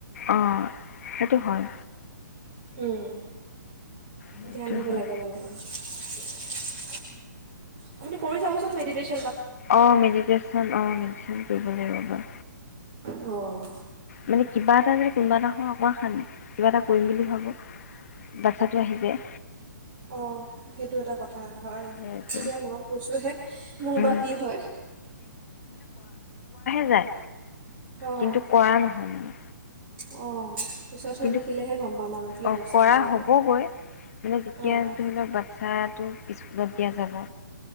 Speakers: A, on the left (about 50°); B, on the right (about 40°).
A: অঁ সেইটো হয়।
B: উম,
A: সেইটো
B: ধ্যান দিব
A: হয়
B: লাগে মানে। কি আপুনি কৰি চাবচোন মেডিটেচন
A: অ মেডিটেশ্যন আহ মেডিটেশ্যন কৰিব লাগিব ৰবা
B: অঁ
A: মানে কিবা এটা যদি কোনোবা এটা <unintelligible> কিবা এটা কৰিম বুলি ভাবো বাচ্ছাটো আহি যায়
B: অঁ সেইটো এটা কথা
A: সেইটোৱে
B: এতিয়া মই কৈছোঁহে মোৰ
A: উম
B: বা কি হয়
A: নাই
B: অঁ
A: কিন্তু কৰা নহয় মানে
B: অঁ পিছতহে
A: কিন্তু
B: দেখিলেহে গম পাম আৰু কি
A: অ
B: অৱস্থা
A: কৰা
B: হয় মানে
A: হ'বগৈ মানে যেতিয়া
B: অঁ
A: ধৰি লওক বাচ্ছাত স্কুলত দিয়া যাব